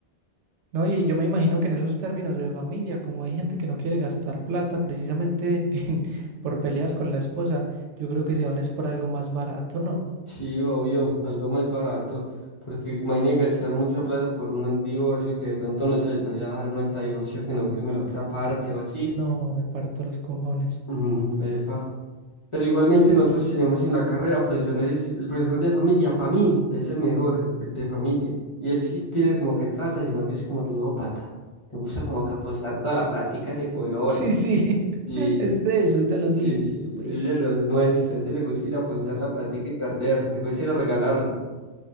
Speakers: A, on the right; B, on the left.
A: No, y yo me imagino que en esos términos de familia, como hay gente que no quiere gastar plata precisamente <laughs> en- por peleas con la esposa, yo creo que se van es por algo más barato, ¿no?
B: Sí, obvio, algo más barato, porque imagínate gastar mucha plata por un divorcio que de pronto no se les vaya a dar un acta de divorcio que no firme la otra parte o así.
A: No, me parto los cojones.
B: Ujú, epa. Pero igualmente nosotros tenemos en la carrera profesores, el profesor de familia para mí es el mejor, el de familia. Y él sí tiene como que plata, sino que es como ludópata. Te gusta como que apostar toda la plática a ese huevón.
A: Sí, sí,
B: Sí,
A: <laughs> es de eso, es de los
B: sí,
A: míos. No puede
B: es
A: ser.
B: de los nuestros. A ese le gusta ir a apostar la plática y perderla. Le gusta ir a regalarla.